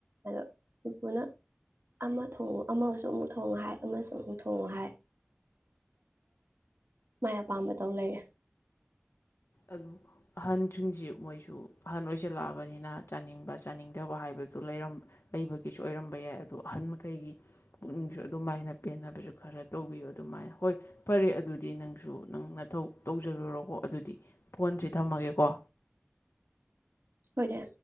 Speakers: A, on the right; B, on the left.
A: ꯑꯗꯣ ꯎꯄꯨꯅ ꯑꯃ ꯊꯣꯡꯉ ꯑꯃꯁꯨ ꯑꯃꯨꯛ ꯊꯣꯡꯉ ꯍꯥꯏ ꯑꯃꯁꯨ ꯑꯃꯨꯛ ꯊꯣꯡꯉ ꯍꯥꯏ ꯃꯥꯏ ꯑꯄꯥꯝꯕꯗꯧ ꯂꯩꯔꯦ
B: ꯑꯗꯨ ꯑꯍꯟꯁꯤꯡꯁꯤ ꯃꯣꯏꯁꯨ ꯑꯍꯟ ꯑꯣꯏꯁꯤꯜꯂꯛꯑꯕꯅꯤꯅ ꯆꯥꯅꯤꯡꯕ ꯆꯥꯅꯤꯡꯗꯕ ꯍꯥꯏꯕꯗꯨ ꯂꯩꯕꯒꯤꯁꯨ ꯑꯣꯏꯔꯝꯕ ꯌꯥꯏ ꯑꯗꯨꯗꯣ ꯑꯍꯟ ꯃꯈꯩꯒꯤ ꯄꯨꯛꯅꯤꯡꯁꯨ ꯑꯗꯨꯃꯥꯏꯅ ꯄꯦꯟꯅꯕꯁꯨ ꯈꯔ ꯇꯧꯕꯤꯌꯨ ꯑꯗꯨꯃꯥꯏꯅ ꯍꯣꯏ ꯐꯔꯦ ꯑꯗꯨꯗꯤ ꯅꯪꯁꯨ ꯅꯪꯅꯊꯧ ꯇꯧꯖꯔꯨꯔꯣꯀꯣ ꯑꯗꯨꯗꯤ ꯐꯣꯟꯁꯤ ꯊꯝꯃꯒꯦꯀꯣ
A: ꯍꯣꯏꯔ